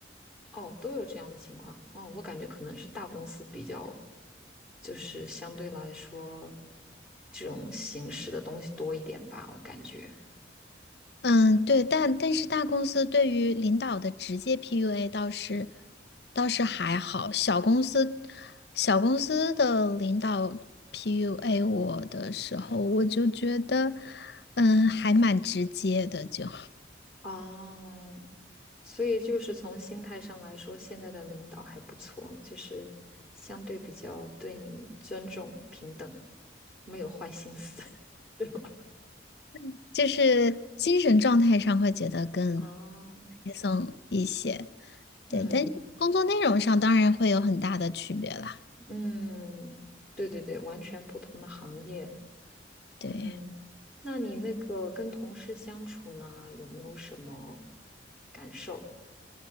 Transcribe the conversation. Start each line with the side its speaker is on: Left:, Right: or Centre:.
Centre: 哦，都有这样的情况。哦，我感觉可能是大公司比较，就是相对来说，这种形式的东西多一点吧，我感觉。
Left: 嗯，对，但但是大公司对于领导的直接 PUA 倒是倒是还好，小公司小公司的领导 PUA 我的时候，我就觉得，嗯，还蛮直接的就，
Centre: 哦，所以就是从心态上来说，现在的领导还不错，就是相对比较对你尊重、平等，没有坏心思。<laughs> 对吧，
Left: <laughs> 就是精神状态上会觉得更
Centre: 哦，
Left: 轻松一些，对，
Centre: 嗯
Left: 但是工作内容上当然会有很大的区别啦，
Centre: 嗯，对对对，完全不同的行业。
Left: 对。
Centre: 嗯，那你那个跟同事相处呢，有没有什么感受？